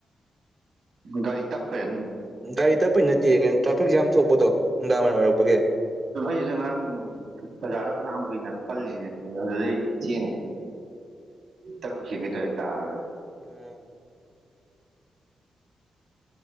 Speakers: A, on the right (about 65°); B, on the right (about 25°).
A: ꯒꯥꯔꯤ ꯇꯞꯄꯥꯏ
B: ꯒꯥꯔꯤ ꯇꯠꯄꯩ ꯅꯠꯇꯦ ꯀꯩꯅꯣ ꯇ꯭ꯔꯥꯐꯤꯛ ꯖꯥꯝ ꯊꯣꯛꯄꯗꯣ ꯅꯨꯡꯗꯥꯡ ꯋꯥꯏꯔꯝ ꯑꯣꯏꯔꯛꯄꯒꯤ
A: ꯑꯣꯁꯤꯅ ꯉꯔꯥꯡ ꯖꯥꯗ ꯐꯅ ꯑꯩꯈꯣꯏꯅ ꯄꯜꯂꯤꯅꯦ ꯑꯗꯨꯗꯩ ꯊꯦꯡꯉꯦ ꯇꯔꯨꯛ ꯊꯦꯡꯒꯦ ꯇꯧꯔꯦ ꯀꯥꯔ
B: ꯑꯝ